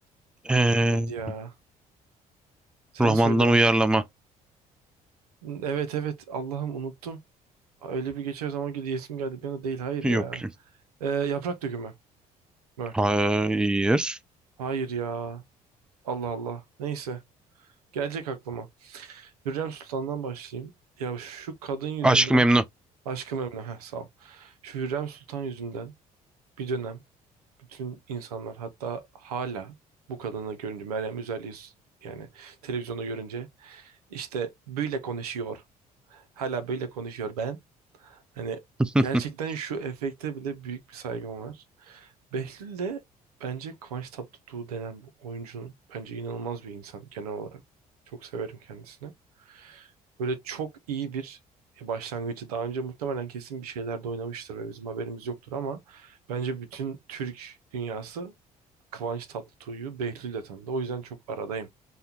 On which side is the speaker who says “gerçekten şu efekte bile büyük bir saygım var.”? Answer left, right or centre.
Right